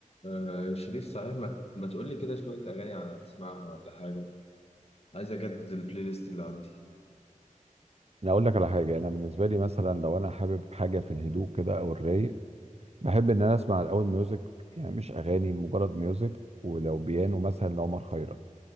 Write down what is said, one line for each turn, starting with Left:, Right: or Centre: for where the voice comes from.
Left: آه شريف صحيح ما, ما تقول لي كده شوية أغاني على أسمعها ولا حاجة عايز أجدد البلاي ليست اللي عندي
Right: انا اقول لك على حاجه انا بالنسبه لي مثلا لو انا حابب حاجه في الهدوء كده او الرايق بحب ان انا اسمع الاول ميوزك يعني مش اغاني مجرد ميوزك ولو بيانو مثلا لعمر خيرت